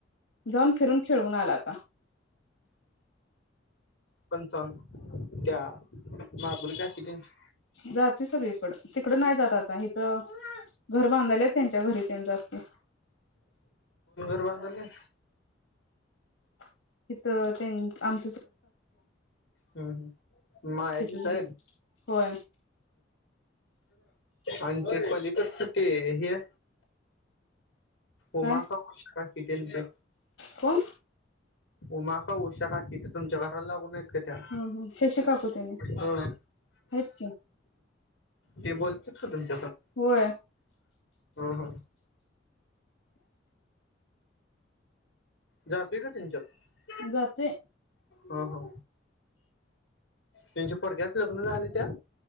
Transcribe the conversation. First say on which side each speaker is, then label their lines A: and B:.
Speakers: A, on the left (about 85°); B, on the left (about 75°).
A: जाऊन फिरून खेळवून आला आता
B: पंच त्या माधुरी काकी तेंच
A: जाते सगळीकड तिकड नाही जात आता हिथं घर बांधायला त्यांच्या घरी जाते.
B: बांधालय?
A: तिथं त्यांच्या आम
B: ह् ह् मायाचीच
A: तिथं
B: आहे
A: होय
B: आणि ते पलीकड च ते हे उमा
A: काय
B: काकु किती इंच?
A: कोण?
B: उमा काय उषा काकि थे तुमच्या घरा लागून त्या
A: हम् हम शशी काकू त्याने
B: हा
A: आहेत की
B: ते बोलतात? ह.
A: होय
B: हा जातोय का त्यांच्यात
A: जातोय
B: हा हा त्यांच्या पोरग्याच लग्न झाले त्या